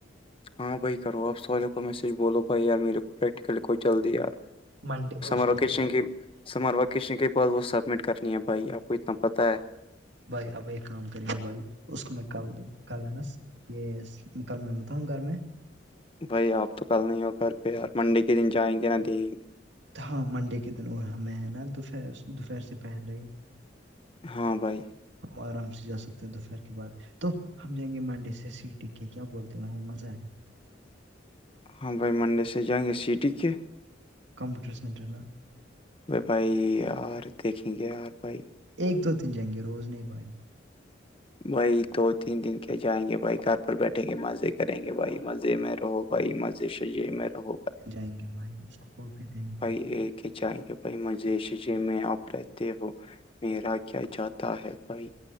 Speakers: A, on the left (about 30°); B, on the right (about 70°).
A: ہاں بھائی کرو آپ سو والے کو میسج بولو بھائییار میرے کو پریکٹیکلیکھو جلدیار
B: منڈے
A: سمر
B: اس کا
A: وکیشن کی سمر وکیشن کے بعد وہ سبمٹ کرنی ہے بھائی آپ کو اتنا پتا ہے
B: بھائی اب ایک کام کریں گے بھائی اس کو میں ک دوں کال ہے نا یہ کل میںمتا ہوں گھر میں
A: بھائی آپ تو کل نہیں ہو گھر پہ یار منڈے کے دن جائیں گے نہ دیں گے
B: ہاں منڈے کے دن اور ہمیں ہے نا دوپہر دوپہر سے پہلے ہی
A: ہاں بھائی
B: ہم آرام سے جا سکتے ہیں دوپہر کے بعد تو ہم جائیں گے منڈی سے سٹی کے کیا بولتے ہیں وہاں مزہ ہے
A: ہاں بھائی منڈے سے جائیں گے سٹی کے
B: کمپیوٹر سینٹر نا
A: بھائی ار دیکھیں گے یار بھائی
B: ایک دو دن جائیں گے روز نہیں بھائی
A: بھائی دو تین دن کے جائیں گے بھائی گھر پر بیٹھیں گے مزے کریں گے بھائی مزے میں رہو بھائی مزے سے جی میرا ہوگا
B: جائیں گے بھائی کوپینے
A: بھائی یہ کہ جائیں گے بھائی مجیشے میں آپ رہتے ہو میرا کیا چاہتا ہے بھائی